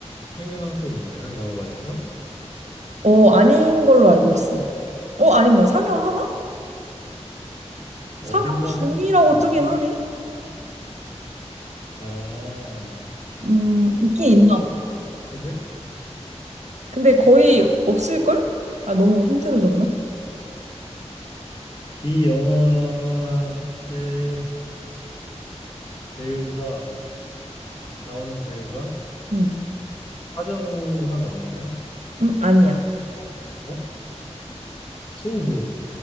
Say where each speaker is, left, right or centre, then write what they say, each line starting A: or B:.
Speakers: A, on the left; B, on the right.
A: 상영하고 있나요? 영화관에서?
B: 어, 아닌 걸로 알고 있어. 어, 아닌가? 상영하나?
A: 어딘가는
B: 상영 중이라고
A: 할수 있지 않을까?
B: 뜨긴 하네.
A: 아,
B: 음, 있긴
A: 아 맞출
B: 있나?
A: 수 있겠는데?
B: 근데 거의 없을걸? 아, 너무 힌트를 줬나?
A: 이 영화의 배우가, 나오는 배우가
B: 응.
A: 하정우가 나오나요?
B: 응, 아니야.
A: 어? 승부.